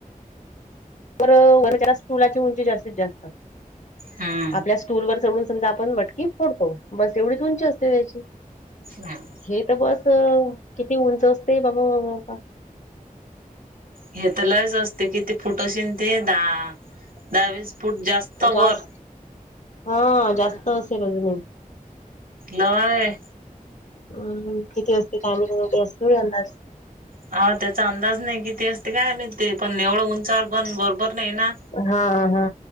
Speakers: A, on the left (about 55°); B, on the right (about 75°).
A: बरं वरजा पोराची उंची जास्तीत जास्त
B: हम
A: आपल्या स्टूल वर चडून समजा आपण मटकी फोडतो बस एवढीच उंची असते त्याची
B: हम्
A: हे तर बस किती उंच असते बाबा बाबा
B: हे तर लयच असते किती फूट अशीन ते दहा दहा वीस फूट जास्त वर
A: जास्त हं जास्त असेल अजून
B: नय
A: हम किती वाजते काय माहित रोज असतो यंद
B: हा त्याचा अंदाज नाही किती असते काय माहित ते पण एवढं उंचावर पण बरोबर नाही ना
A: हा हा